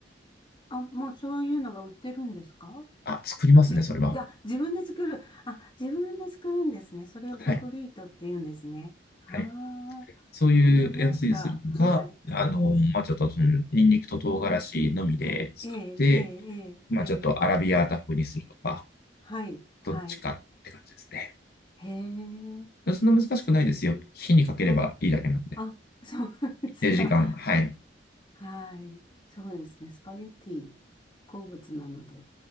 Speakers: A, on the left; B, on the left.
A: あ、もうそういうのが売ってるんですか
B: あ、作りますね、
A: じ、いや、
B: それは。
A: 自分で作る。あ、自分で作るんですね。それをソフリートって言うんですね。
B: はい。
A: ああ、
B: はい。そういうやつにするか、
A: わかりました。はい。
B: あの、まあ、ちょっとその、ニンニクと唐辛子のみで作って、
A: ええ、ええ、ええ、
B: まあ、
A: ええ、
B: ちょっとアラビアータ風にするとか、
A: はい、はい。
B: どっちかって感じですね。
A: へえ、
B: そんな難しくないですよ。
A: 美味しそうですね。
B: 火にかければいいだけなんで。
A: あ、あ、<laughs> そうですか。
B: で、時間。はい。
A: はい。そうですね。スパゲッティ、好物なので。